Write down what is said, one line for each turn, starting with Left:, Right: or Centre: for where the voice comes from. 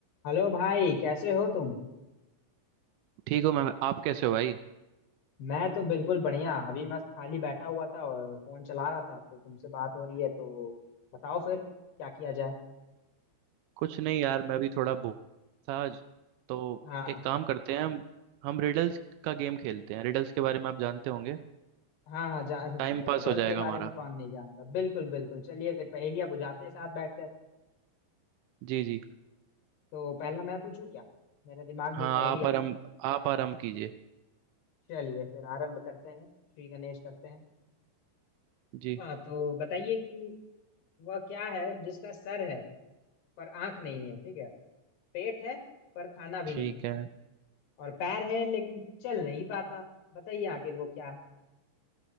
Left: Hello भाई कैसे हो तुम
Right: ठीक हो मैम आप कैसे हो भाई
Left: मैं तो बिल्कुल बढ़िया अभी मैं खाली बैठा हुआ था और फोन चला रहा था तो तुमसे बात हो रही है तो बताओ फिर क्या किया जाए
Right: कुछ नहीं यार मैं भी थोड़ा बोर था आज तो
Left: हाँ
Right: एक काम करते हैं हम हम रिडल्स का गेम खेलते हैं रिडल्स के बारे में आप जानते होंगे
Left: हाँ हाँ जा <laughs> रिडल्स
Right: टाइम पास हो जाएगा
Left: के बारे
Right: हमारा
Left: में कौन नहीं जानता बिल्कुल बिल्कुल चलिए फिर पहेलियाँ बुझाते हैं साथ बैठकर
Right: जी जी
Left: तो पहला मैं पूछूं क्या मेरे दिमाग
Right: हाँ
Left: में एक पहेली
Right: आप
Left: आ
Right: आराम आप आराम कीजिए
Left: चलिए फिर आरंभ करते हैं श्री गणेश करते हैं
Right: जी
Left: हाँ तो बताइए कि वह क्या है जिसका सर है पर आंख नहीं है ठीक है पेट है पर खाना भी
Right: ठीक
Left: नहीं है
Right: है
Left: और पैर है लेकिन चल नहीं पाता बताइए आखिर वो क्या है